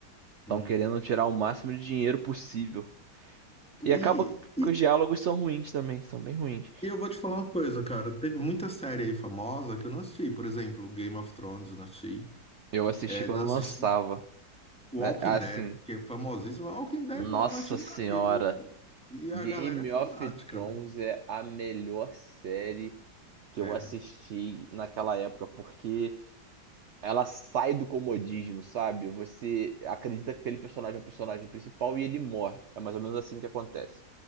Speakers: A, on the right (about 55°); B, in the centre.
A: Estão
B: Hum.
A: querendo tirar o máximo de dinheiro possível. E acaba
B: E, e
A: que os diálogos são ruins também, são bem ruins.
B: e eu vou te falar uma coisa, cara. Teve muita série aí famosa que eu não assisti. Por exemplo, Game of Thrones, eu não assisti.
A: Eu assisti
B: É,
A: quando
B: não assisti
A: lançava.
B: Walking
A: É, assim,
B: Dead, que é famosíssimo. Walking Dead,
A: nossa
B: mano, não assisti um
A: senhora,
B: capítulo. E, e a
A: Game
B: galera é fanática,
A: of Thrones
B: né?
A: é a melhor série que
B: É.
A: eu assisti naquela época, porque ela sai do comodismo, sabe? Você acredita que aquele personagem é o personagem principal e ele morre. É mais ou menos assim que acontece.